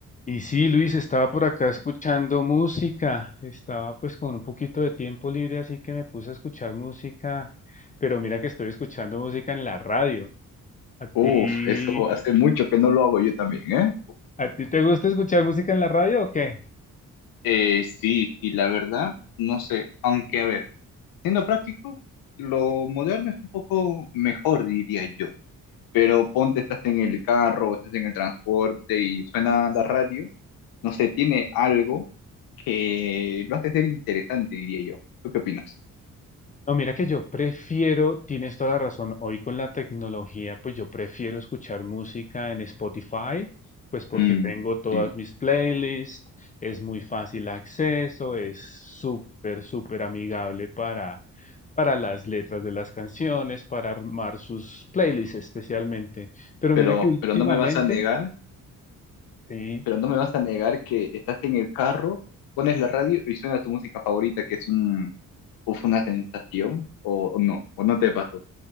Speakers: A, on the left (about 25°); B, on the left (about 80°).
A: Y sí, Luis, estaba por acá escuchando música, estaba pues con un poquito de tiempo libre, así que me puse a escuchar música, pero mira que estoy escuchando música en la radio. ¿A ti,
B: Uf, eso hace mucho que no lo hago yo también, ¿eh?
A: a ti te gusta escuchar música en la radio o qué?
B: Eh, sí, y la verdad, no sé, aunque a ver, siendo práctico, lo moderno es un poco mejor, diría yo, pero ponte, estás en el carro, estás en el transporte y suena la radio, no sé, tiene algo que lo hace ser interesante, diría yo. ¿Tú qué opinas?
A: No, mira que yo prefiero, tienes toda la razón, hoy con la tecnología, pues yo prefiero escuchar música en Spotify, pues porque
B: Mm,
A: tengo todas
B: sí.
A: mis playlists, es muy fácil acceso, es súper, súper amigable para, para las letras de las canciones, para armar sus playlists especialmente. Pero
B: Pero,
A: mira que últimamente,
B: pero no me vas a negar,
A: sí,
B: pero no me vas a negar que estás en el carro, pones la radio y suena tu música favorita, que es un, o fue una sensación o, o no, o no te pasó.